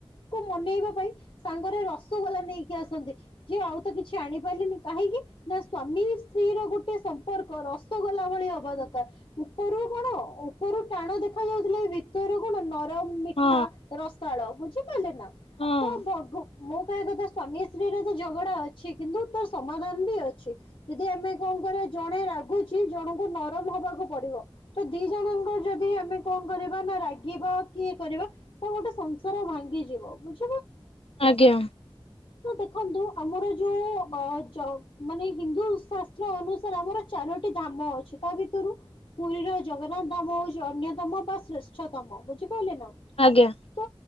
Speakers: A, on the left; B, on the left.
A: କୁ ମନେଇବା ପାଇଁ ସାଙ୍ଗରେ ରସଗୋଲା ନେଇକି ଆସନ୍ତି। ଯେ ଆଉ ତ କିଛି ଆଣିପାରିଲିନି, କାହିଁକି ନା ସ୍ଵାମୀ ସ୍ତ୍ରୀ ର ଗୋଟେ ସମ୍ପର୍କ ରସଗୋଲା ଭଳିଆ ହବା ଦରକାର ।ଉପରୁ କଣ ଉପରୁ ଟାଣ ଦେଖା ଯାଉଥିଲେ ଭିତରୁ କଣ ନ ରମ୍ ମିଠା,
B: ହଁ
A: ରସାଳ ବୁଝିପାରିଲେ ନା।
B: ହଁ
A: ତ ଭଗ ମୁଁ କଥା ସ୍ଵାମୀ ସ୍ତ୍ରୀରେ ତ ଝଗଡା ଅଛି କିନ୍ତୁ ତାର ସମାଧାନ ବି ଅଛି। ଯଦି ଆମେ କଣ କରିଆ? ଜଣେ ରାଗୁଛି ଜଣଙ୍କୁ ନରମ ହବାକୁ ପଡିବ ।ତ ଦି ଜଣଙ୍କ ଯଦି ଆମେ କଣ କରିବା ନା ରାଗିବା କି କରିବା ତ ଗୋଟେ ସଂସାର ଭାଙ୍ଗିଯିବ, ବୁଝ
B: ଆଜ୍ଞା।
A: ତ ଦେଖନ୍ତୁ ଆମର ଯୋଉ ଅ ଯ ମାନେ ହିନ୍ଦୁ ଶାସ୍ତ୍ର ଅନୁସାରେ ଆମର ଚାରୋଟି ଧାମ ଅଛି, ତା ଭିତରୁ ପୁରୀର ଜଗନ୍ନାଥ ଧାମ ହଉଛି ଅନ୍ୟତମ ବା ଶ୍ରେଷ୍ଠତମ ବୁଝି ପାଇଲେ ନା
B: ଆଜ୍ଞା
A: ତ